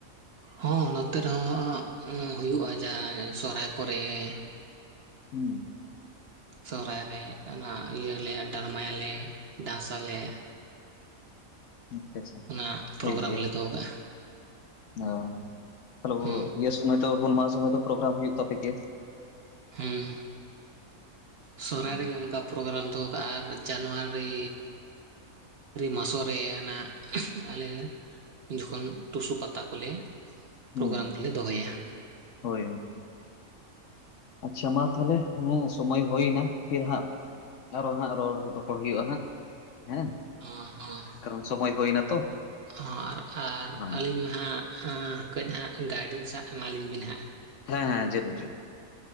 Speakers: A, on the right (about 55°); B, on the left (about 65°).
A: ᱦᱚᱸ ᱱᱚᱛᱮ ᱨᱮᱦᱚᱸ ᱦᱩᱭᱩᱜᱼᱟ ᱡᱟ ᱥᱚᱦᱨᱟᱭ ᱠᱚᱨᱮ᱾ <inaudible>
B: ᱦᱩᱸ᱾
A: ᱥᱚᱦᱨᱟᱭ ᱨᱮ ᱚᱱᱟ ᱤᱭᱟᱹᱞᱮ ᱰᱨᱟᱢᱟᱭᱟᱞᱮ ᱰᱟᱱᱥ ᱟᱞᱮ
B: ᱟᱪᱪᱷᱟ ᱪᱷᱟ
A: ᱚᱱᱟ ᱯᱨᱳᱜᱨᱟᱢ
B: ᱴᱷᱤᱠ ᱜᱮᱭᱟ᱾
A: ᱞᱮ ᱫᱚᱦᱚ ᱠᱟᱜᱼᱟ
B: ᱚ ᱛᱟᱦᱞᱮ
A: ᱦᱩᱸ
B: ᱤᱭᱟᱹ ᱥᱚᱢᱚᱭ ᱛᱚ ᱦᱩᱞ ᱢᱟᱦᱟ ᱥᱚᱢᱚᱭ ᱯᱨᱳᱜᱨᱟᱢ ᱦᱩᱭᱩᱜ ᱛᱟᱯᱮ ᱜᱮ?
A: ᱦᱮᱸ ᱥᱚᱦᱨᱟᱭ
B: ᱦᱩᱸ
A: ᱨᱮᱜᱮ ᱚᱱᱠᱟ ᱯᱨᱳᱜᱨᱟᱢ ᱫᱚᱦᱚ ᱠᱟᱜᱼᱟ ᱟᱨ ᱡᱟᱱᱩᱣᱟᱨᱤ ᱢᱟᱥᱚ ᱨᱮ ᱱᱟᱜ ᱟᱞᱮ ᱩᱱ ᱡᱚᱠᱷᱚᱱ ᱴᱩᱥᱩ ᱯᱟᱛᱟ ᱠᱚᱞᱮ
B: ᱦᱩᱸ
A: ᱯᱨᱳᱜᱨᱟᱢ ᱠᱚᱞᱮ ᱫᱚᱦᱚᱭᱟ᱾
B: ᱦᱳᱭ᱾ ᱟᱪᱪᱷᱟ ᱢᱟ ᱛᱟᱦᱚᱞᱮ ᱦᱮᱸ ᱥᱚᱢᱚᱭ ᱦᱩᱭᱱᱟ ᱯᱷᱤᱨ ᱦᱟᱸᱜ ᱟᱨᱚ ᱦᱟᱸᱜ ᱨᱚᱲ ᱨᱚᱯᱚᱲ ᱦᱩᱭᱩᱜᱼᱟ ᱦᱟᱸᱜ ᱦᱮᱸ᱾
A: ᱚ ᱦᱚᱸ᱾
B: ᱠᱚᱨᱚᱱ ᱥᱚᱢᱚᱭ ᱦᱩᱭᱱᱟ ᱛᱚ᱾
A: ᱦᱚᱸ ᱟᱨ ᱟᱨ
B: ᱦᱮᱸ
A: ᱟᱹᱞᱤᱧ ᱢᱟ ᱦᱟᱸᱜ ᱠᱟᱹᱡ ᱦᱟᱸᱜ ᱜᱟᱭᱰᱮᱱ ᱥᱟᱜ ᱮᱢᱟᱞᱤᱧ ᱵᱤᱱ ᱦᱟᱸᱜ᱾
B: ᱦᱮᱸ ᱦᱮᱸ ᱡᱟᱹᱨᱩᱲ ᱡᱟᱹᱨᱩᱲ